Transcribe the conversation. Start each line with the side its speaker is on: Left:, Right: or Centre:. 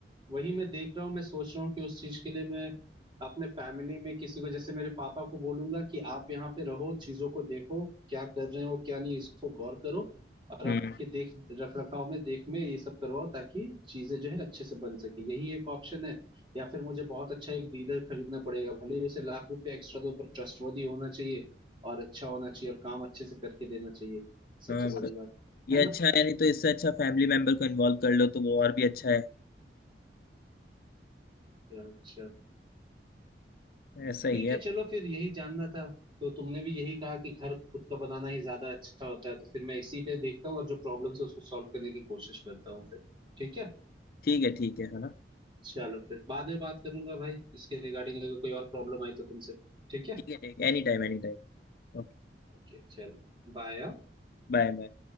Right: वही मैं देख रहा हूँ मैं सोच रहा हूँ कि उस चीज के लिए मैं अपने फैमिली में किसी को जैसे मेरे पापा को बोलूंगा कि आप यहाँ पे रहो चीजों को देखो क्या कर रहे हो क्या नहीं इसको गौर करो और
Left: हम्म
Right: आपके देख रख रखाव में देख में ये सब करवाओ ताकि चीजें जो है अच्छे से बन सके यही एक ऑप्शन है या फिर मुझे बहुत अच्छा एक डीलर खरीदना पड़ेगा भले ही उसे लाख रुपए एक्स्ट्रा दो पर ट्रस्टवर्दी होना चाहिए और अच्छा होना चाहिए और काम अच्छे से करके देना चाहिए सबसे
Left: हाँ
Right: बड़ी
Left: बस
Right: बात
Left: ये
Right: है ना
Left: अच्छा है यानी तो इससे अच्छा फैमिली मेंबर को इन्वॉल्व कर लो तो वो और भी अच्छा है
Right: अच्छा
Left: ऐसा ही
Right: ठीक
Left: है
Right: है चलो फिर यही जानना था तो तुमने भी यही कहा कि घर खुद का बनाना ही ज्यादा अच्छा होता है तो फिर मैं इसी पे देखता हूँ और जो प्रॉब्लम्स है उसको सॉल्व करने की कोशिश करता हूँ फिर ठीक है
Left: ठीक है ठीक है है ना
Right: चलो फिर बाद में बात करूंगा भाई इसके रिगार्डिंग अगर कोई और प्रॉब्लम आई तो तुमसे ठीक है
Left: ठीक है ठीक है any time any time Okay
Right: ओके चलो बाय
Left: Bye bye